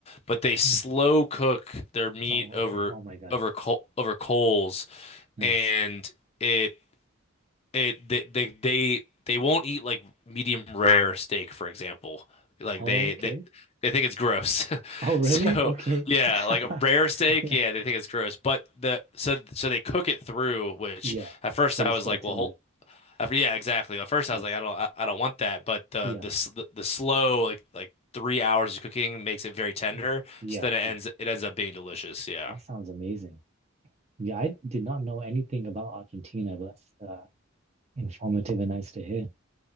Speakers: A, on the left; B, on the right.
A: But they slow
B: hmm
A: cook their meat
B: Oh,
A: over
B: okay. Oh my God.
A: over coal over coals,
B: Nice.
A: and it it they they they, they won't eat like medium rare steak, for example. Like
B: Okay.
A: they they they think it's gross. <laughs>
B: Oh, really?
A: So
B: Okay.
A: yeah, like
B: <laughs>
A: a rare steak,
B: Yeah.
A: yeah, they think it's gross. But the so so they cook it through, which
B: Yeah.
A: at first
B: But
A: I
B: it's
A: was
B: still
A: like,
B: tender.
A: well, hold, after, yeah, exactly. At first
B: But
A: I was
B: it's
A: like,
B: stuck.
A: I don't I, I don't want that. But uh,
B: Yeah.
A: the s- the the slow like like three hours of cooking makes it very tender.
B: Mm. Yeah.
A: So then it ends
B: Oof,
A: it ends up being delicious. Yeah.
B: that sounds amazing. Yeah, I did not know anything about Argentina, but that's uh, informative and nice to hear.